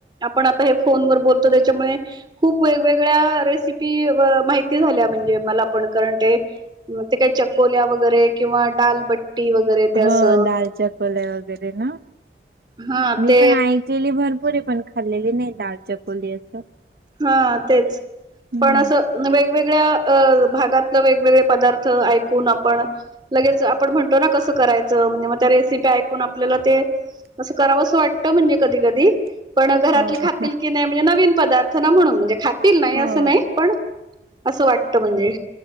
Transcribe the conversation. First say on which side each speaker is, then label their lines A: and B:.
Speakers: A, on the right (about 25°); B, on the right (about 55°).
A: आपण आता हे फोनवर बोलतो त्याच्यामुळे खूप वेगवेगळ्या रेसिपी माही माहिती झाल्या म्हणजे मला पण कारण ते ते काय चकोल्या वगैरे किंवा दालभाटी ती वेगळे ते असं-
B: हो <unintelligible> वगैरे न
A: हा
B: मी
A: ते
B: पण ऐकलेले भरपूर रे पण खाल्लेली नई दाल-चकोली असं.
A: हा तेच
B: हम्म
A: पण असं वेग वेगळ्या अ भागातले वेगवेगळे पदार्थ ऐकून आपण लगेच आपण म्हणतो ना कसं करायचं म्हणजे म त्या रेसीप्या ऐकून आपल्याला ते असं करावसं वाटतं, म्हणजे कधी कधी पण घरातले
B: हो
A: खातील का नाय म्हणजे नवीन पदार्थ- <unintelligible> म्हणून म्हणजे खातील नाय
B: हो
A: असं नाय पण असं वाटतं म्हणजे